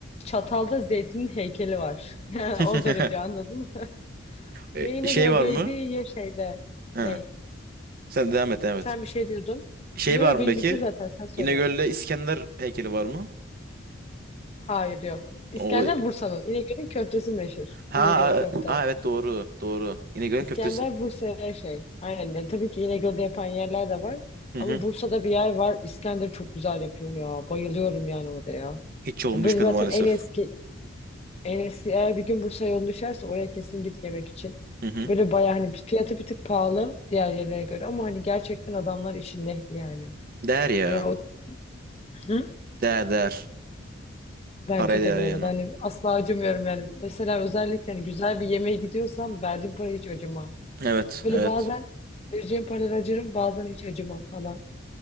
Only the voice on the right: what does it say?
<laughs>
E,
şey var mı?
Ha.
Sen devam et, devam et.
Şey
var
mı
peki?
İnegöl'de İskender heykeli var mı?
O
ha,
a- a, evet doğru, doğru. İnegöl'ün
köftesi.
Hı
hı.
Hiç yolum
düşmedi
maalesef.
Hı hı.
Değer ya.
Değer değer.
Paraya değer
yani.
Evet,
evet.